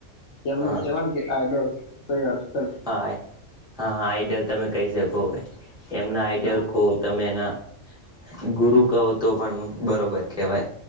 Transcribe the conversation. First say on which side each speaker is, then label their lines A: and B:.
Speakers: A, on the left; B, in the centre.
A: છે એમનું
B: હા
A: કેવાનું કે આઈડોલ તો એ હર્ષ
B: હા હા આઈડલ તમે કહી શકો હૉ વે એમના આઈડલ
A: હા
B: કહ તમે એના ગુરુ કહો તો પણ બરોબર કહેવાય